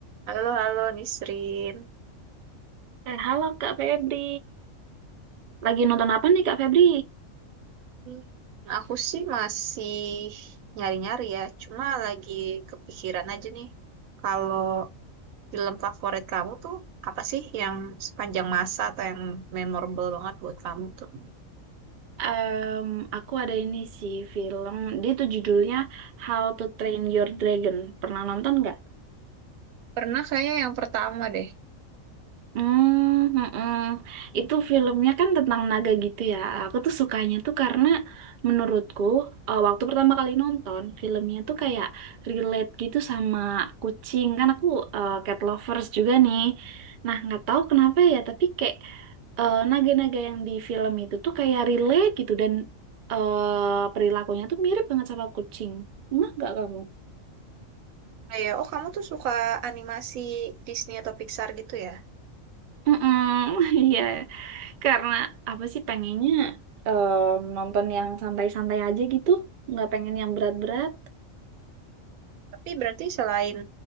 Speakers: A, on the right; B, on the right.
A: Halo, halo Nisrin.
B: Eh, halo Kak Febri. Lagi nonton apa nih Kak Febri?
A: Hmm, aku sih masih nyari-nyari ya, cuma lagi kepikiran aja nih. Kalau film favorit kamu tuh apa sih yang sepanjang masa atau yang memorable banget buat kamu tuh?
B: Em, aku ada ini sih film, dia tuh judulnya How to Train Your Dragon. Pernah nonton nggak?
A: Pernah kayaknya yang pertama deh.
B: Hmm, mm-mm. Itu filmnya kan tentang naga gitu ya. Aku tuh sukanya tuh karena menurutku eh, waktu pertama kali nonton filmnya tuh kayak relate gitu sama kucing. Kan aku eh, cat lovers juga nih. Nah, nggak tahu kenapa ya, tapi kayak eh, naga-naga yang di film itu tuh kayak relate gitu dan eh, perilakunya tuh mirip banget sama kucing. Enggak nggak kamu?
A: Ah, ya, oh kamu tuh suka animasi Disney atau Pixar gitu ya?
B: Mm-mm, <laughs> Iya. Karena apa sih pengennya em, nonton yang santai-santai aja gitu, nggak pengen yang berat-berat.
A: Tapi berarti selain